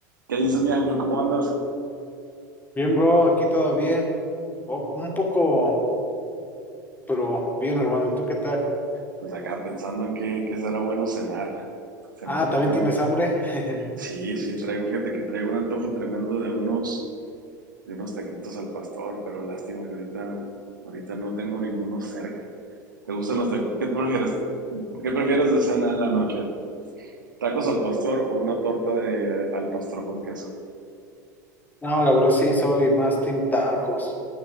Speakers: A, on the right (about 85°); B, on the left (about 15°).
A: ¿Qué dices, mi ángel? ¿Cómo andas?
B: Bien, bro, aquí todo bien. Poco- un poco, pero bien, hermano. ¿Y tú qué tal?
A: Pues acá pensando en qué, qué será bueno cenar. Se
B: Ah,
A: me antojan.
B: ¿también tienes hambre? <laughs>
A: Sí, sí, traigo, fíjate que traigo un antojo tremendo de unos, de unos taquitos al pastor, pero lástima que ahorita, ahorita no tengo ninguno cerca. ¿Te gustan los taquitos? ¿Qué prefieres? ¿Qué prefieres de cena en la noche? ¿Tacos al pastor o una torta de al pastor con queso?
B: No, la verdad sí, soy más team tacos.